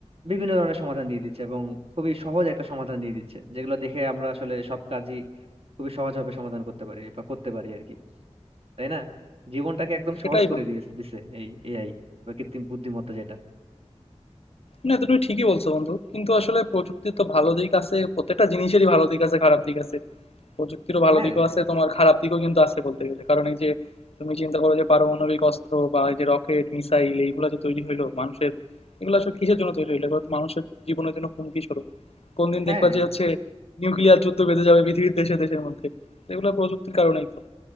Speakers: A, on the right; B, on the left.
A: বিভিন্ন ধরনের সমাধান দিয়ে দিচ্ছে এবং খুবই সহজ একটা সমাধান দিয়ে দিচ্ছে যেগুলো দেখে আমরা আসলে সব কাজই খুবই সহজভাবে সমাধান করতে পারি বা করতে পারি আর কি তাই না জীবনটাকে একদম
B: সেটাই
A: সহজ করে
B: বন্ধু
A: দিয়ে দিছে এই এআই বা কৃত্রিম বুদ্ধিমত্তা যেটা
B: না তো তুমি ঠিকই বলছো বন্ধু কিন্তু আসলে প্রযুক্তির তো ভালো দিক আছে প্রত্যেকটা জিনিসেরই ভালো দিক আছে খারাপ দিক আছে প্রযুক্তিরও ভালো
A: হ্যাঁ
B: দিকও আছে তোমার খারাপ দিকও কিন্তু আছে বলতে গেলে কারণ এই যে তুমি চিন্তা করো যে পারমাণবিক অস্ত্র বা এই যে রকেট মিসাইল এইগুলো যে তৈরি হইলো মানুষের এগুলো আসলে কিসের জন্য তৈরি হইলো এগুলো তো মানুষের জীবনের জন্য হুমকি স্বরূপ কোন দিন
A: হ্যাঁ
B: দেখবা যে হচ্ছে নিউক্লিয়ার যুদ্ধ বেঁধে যাবে পৃথিবীর দেশে দেশের মধ্যে এগুলো প্রযুক্তির কারণেই তো